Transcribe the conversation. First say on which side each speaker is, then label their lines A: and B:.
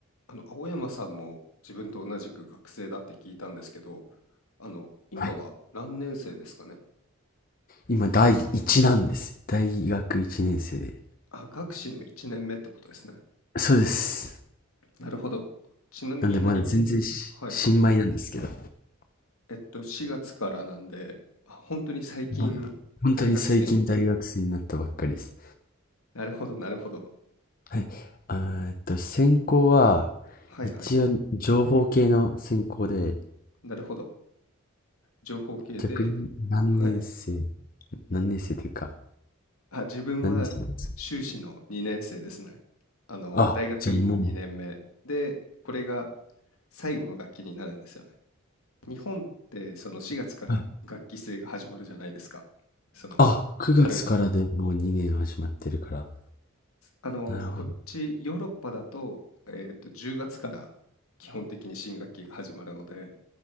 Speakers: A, on the left; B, on the left.
A: あの、青山さんも自分と同じく学生だって聞いたんですけど、あの、今は何年生ですかね。
B: はい。今、第1なんです。大学1年生で。
A: あ、学士の1年目ってことですね。
B: そうです。
A: なるほど。ちなみに何、
B: なんで、まだ全然し、
A: はいはい。
B: 新米なんですけど。
A: えっと、4月からなんで、あ、本当に最近大学生に、
B: まだ、本当に最近大学生になったばっかりです。
A: なるほど、なるほど。
B: はい。あーえっと、専攻は、
A: はいはい。
B: 一応、情報系の専攻で、
A: なるほど。情報系で、
B: 逆に何年生、
A: はい。
B: 何年生というか、
A: あ、自分は修士の2年生ですね。
B: 何年生なんですか
A: あの、
B: あ、
A: 大学院の2年目で、
B: じゃあもう、
A: これが最後の学期になるんですよね。日本ってその4月から学期制が始まるじゃないですか。
B: はい。
A: その春学期。
B: あ、9月からでもう2年始まってるから。
A: あの、
B: なる
A: こっちヨーロッパだと、えっと、10月から基本的に新学期が始まるので、